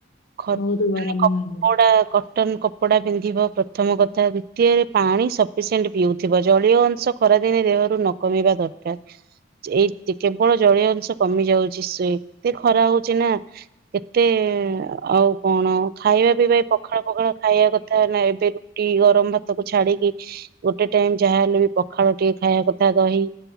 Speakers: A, on the right; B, on the left.
A: ଖତ୍
B: ବହୁତ ଗରମ
A: ମାନେ କପଡା
B: ହୁଏ ବୋଲି।
A: କ୍ କଟନ କପଡ଼ା ପିନ୍ଧିବ ପ୍ରଥମ କଥା ଦ୍ୱିତୀୟରେ ପାଣି ସ ପିସେଣ୍ଟ ପିଉଥିବ ଜଳୀୟ ଅଂଶ ଖରାଦିନେ ଦେହରୁ ନକମିବା ଦରକାର। ଏଇ କେବଳ ଜଳୀୟ ଅଂଶ କମି ଯାଉଛି ସେ ଏତେ ଖରା ହଉଛି ନା। କେତେ ଆଉ କଣ ଖାଇବା ପିଇବା ଏ ପଖାଳ ପଖାଳ ଖାଇବା କଥା ନା ଏବେ ଟି ଗରମ ଭାତକୁ ଛାଡିକି ଗୋଟେ ଟାଇମ ଯାହାହେଲେ ବି ପଖାଳ ଟିକେ ଖାଇବା କଥା ଦହି